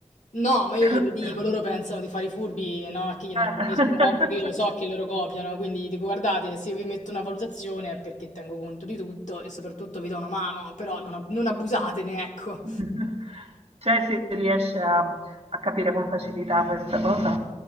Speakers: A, on the left (about 80°); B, on the right (about 60°).
A: No, ma io
B: <coughs>
A: glielo dico, loro pensano di fare i furbi, no? Che io non
B: Eh.
A: capisco, ma è ovvio che
B: <laughs>
A: io so che loro copiano, quindi gli dico guardate, se io vi metto una valutazione è perché tengo conto di tutto e soprattutto vi do una mano, però non, ab- non abusatene, ecco.
B: <laughs> Cioè si riesce a, a capire con facilità questa cosa